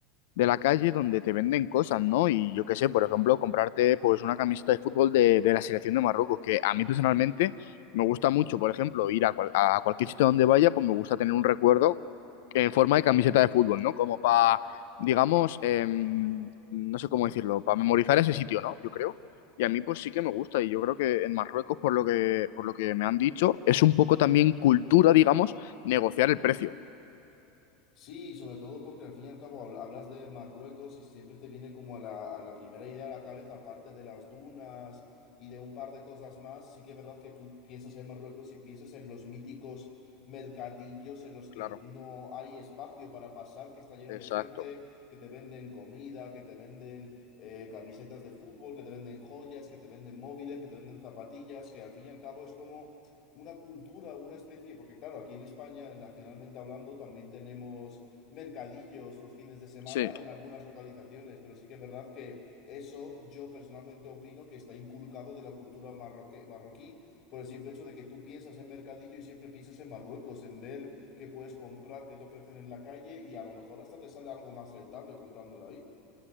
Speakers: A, on the left; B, on the left.
A: de la calle donde te venden cosas, ¿no? Y yo qué sé, por ejemplo, comprarte pues una camiseta de fútbol de, de la selección de Marruecos, que a mí personalmente me gusta mucho, por ejemplo, ir a, cual- a cualquier sitio donde vaya, pues me gusta tener un recuerdo en forma de camiseta de fútbol, ¿no? Como para, digamos, em, no sé cómo decirlo, para memorizar ese sitio, ¿no? Yo creo. Y a mí pues sí que me gusta y yo creo que en Marruecos, por lo que, por lo que me han dicho, es un poco también cultura, digamos, negociar el precio.
B: Sí, sobre todo porque al fin y al cabo habl- hablas de Marruecos y siempre te viene como a la, a la primera idea a la cabeza, aparte de las dunas y de un par de cosas más, sí que es verdad que tú piensas en Marruecos y piensas en los míticos mercadillos en los que
A: Claro,
B: no hay espacio para pasar, que está lleno
A: exacto.
B: de gente, que te venden comida, que te venden eh, camisetas de fútbol, que te venden joyas, que te venden móviles, que te venden zapatillas, que al fin y al cabo es como una cultura, una especie, porque claro, aquí en España, nacionalmente hablando, también tenemos mercadillos los fines de semana
A: Sí.
B: en algunas localizaciones, pero sí que es verdad que eso yo personalmente opino que está inculcado de la cultura marroque- marroquí por el simple hecho de que tú piensas en mercadillo y siempre piensas en Marruecos, en ver qué puedes comprar, qué te ofrecen en la calle y a lo mejor hasta te sale algo más rentable comprándolo ahí.